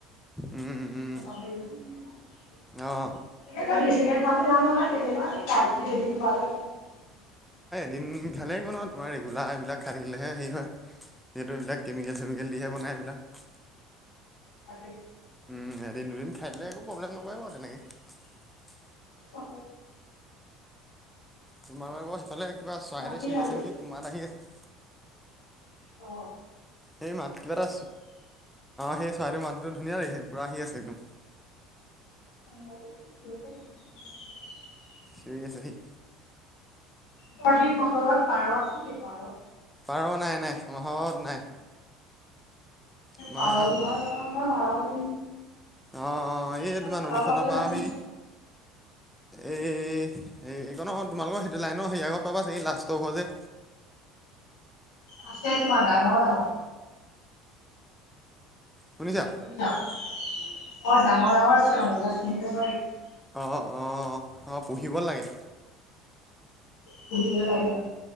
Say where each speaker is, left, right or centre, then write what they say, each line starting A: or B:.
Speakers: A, in the centre; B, on the left (about 75°).
A: উম,
B: <unintelligible>
A: উম। অ'
B: <unintelligible>
A: দিনফালে গ' ন তোমাৰ ৰেগুলাৰ এইবিলাক খাই থাকিলেহে হেৰি হয়। যিহেতু এইবিলাক কেমিকেল চেমিকেল দিহে বনায় এইবিলাক।
B: তাকে
A: উম এদিন দুদিন খাই দে একো প্ৰব্লেম নকৰে ম তেনেকে।
B: অ
A: তোমালোক আকৌ সেইফালে কিবা চৰায়ে
B: বাকী
A: চিয়ৰি
B: আজি
A: আছে নেকি মাত আহি আছে।
B: অ
A: সেই মাততি <inaudible> বাাৰ অ সেই ছোৱী মাত একম ধুনীয়া লাগিছে পুৰা আহি আছে একদম।
B: অ <inaudible>
A: ঠ আছেি <inaudible>
B: সহ মগৰ পাৰ আছে সেই পাৰ <inaudible>
A: আৰু নাই নাই মাহত নাই আমাৰ
B: প পাৰ <inaudible> ক
A: অ' অ' এই
B: পঢ়া
A: তোমাৰ নদীখনৰ
B: পাবলৈ
A: পৰা
B: নাহে
A: সেই এই হে এইকাৰণ তোমালোকৰ সেইটো লাইন হেৰি আগত পাবা চাগ লাষ্টৰ ঘৰ যে।
B: আছে তোমাৰ ডাঙৰ, ডাঙৰ।
A: শুনিছা
B: অ ডাঙৰ ডাঙৰ আছে।
A: আহ অ আহ পুহিব লাগে।
B: পুহিব লাগে।